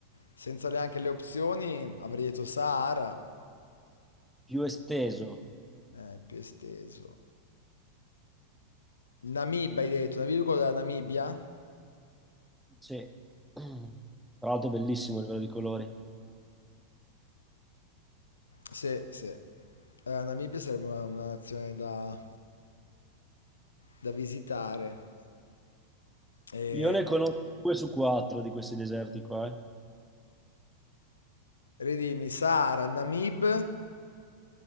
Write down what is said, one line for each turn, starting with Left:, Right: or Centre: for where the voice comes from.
Left: senza neanche le opzioni avrei detto Sahara,
Centre: più esteso.
Left: eh, più esteso. Namibia hai detto, Namibia quello della Namibia?
Centre: Sì. <clears throat> Tra l'altro bellissimo a livello di colori.
Left: Sì, sì. Eh, Namibia sarebbe una, una nazione da, da visitare. E,
Centre: Io ne conosco due su quattro di questi deserti qua. eh.
Left: ridimmi, Sahara, Namib.